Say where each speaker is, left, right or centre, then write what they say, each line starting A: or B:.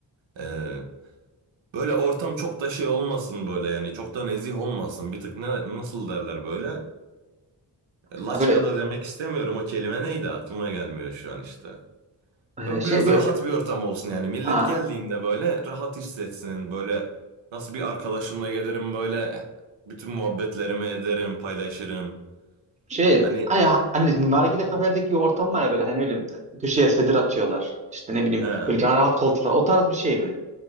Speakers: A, on the right (about 80°); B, on the right (about 15°).
A: Ee, böyle ortam çok da şey olmasın böyle yani. Çok da nezih olmasın. Bir tık ne, nasıl derler böyle. Laçka
B: Ha böyle
A: da demek istemiyorum. O kelime neydi? Aklıma gelmiyor şu an işte.
B: e,
A: Böyle
B: şey
A: biraz
B: böyle
A: rahat bir ortam olsun yani. Millet
B: Ha,
A: geldiğinde böyle rahat hissetsin. Böyle nasıl bir arkadaşımla gelirim böyle bütün muhabbetlerimi ederim, paylaşırım.
B: şey
A: Hani
B: hani, hani nargile kafelerdeki ortam var ya böyle hani öyle köşeye sedir atıyorlar. İşte ne bileyim
A: he.
B: böyle rahat koltuklar o tarz bir şey mi?